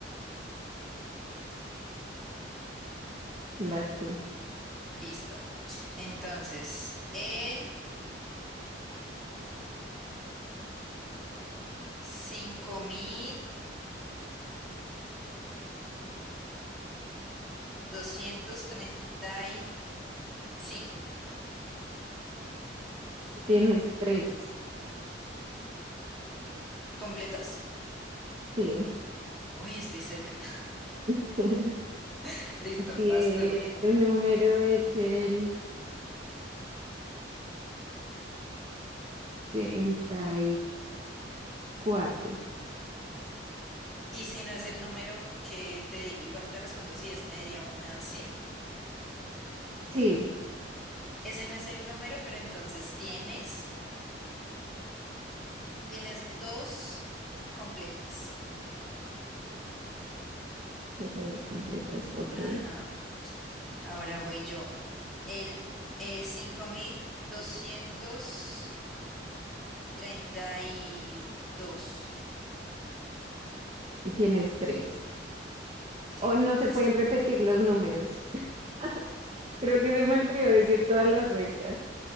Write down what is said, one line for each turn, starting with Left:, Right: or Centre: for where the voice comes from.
Right: vas tú.
Centre: Listo. Entonces, el cinco mil doscientos treinta y cinco
Right: Tienes tres.
Centre: ¿Completos?
Right: Sí.
Centre: Uy, estoy cerca.
Right: <laughs>
Centre: <laughs> Listo,
Right: Tie-
Centre: vas tú.
Right: Tu número es el 1860. Cuatro.
Centre: Y si no es el número que te digo, igual te respondo si es media una, sí.
Right: Sí,
Centre: Ese no es el número, pero entonces tienes, tienes dos completas.
Right: solo dos completas. Ok.
Centre: Ajá. Ahora voy yo. El eh, cinco mil doscientos treinta y dos.
Right: Tienes tres.
Centre: Sigo
Right: O no
Centre: con
Right: se
Centre: las
Right: pueden
Centre: tres.
Right: repetir los números. <laughs> Creo que se me olvidó decir todas las reglas.